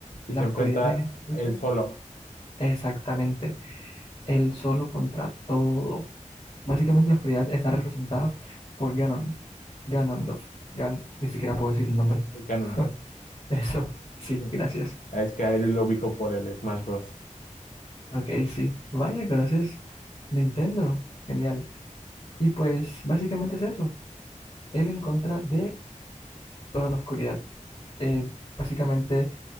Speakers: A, on the left; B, on the left.
A: Y
B: La
A: se enfrenta
B: oscuridad en este caso,
A: él solo,
B: exactamente, el solo contra todo. Básicamente la oscuridad está representada por Ganon, Ganondorf. Gan- ni siquiera puedo decir el nombre. <laughs>
A: Ganondorf.
B: Eso, sí,
A: <laughs>
B: gracias.
A: Es que a él lo ubico por el Smash Bros.
B: Ok, sí. Vaya, conoces Nintendo. Genial. Y pues básicamente es eso. él en contra de toda la oscuridad. Eh, básicamente,